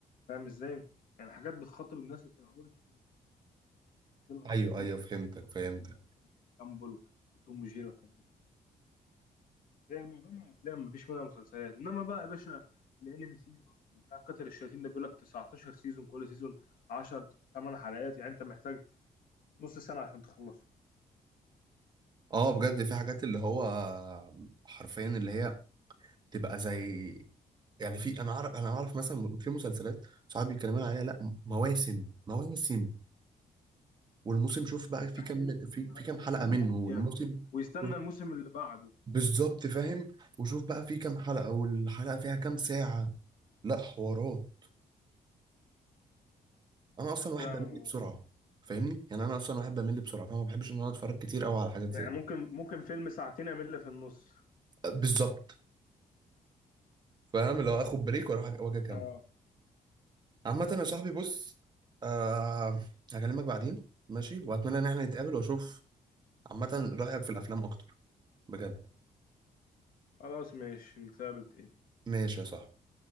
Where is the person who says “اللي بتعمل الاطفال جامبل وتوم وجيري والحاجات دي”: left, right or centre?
Left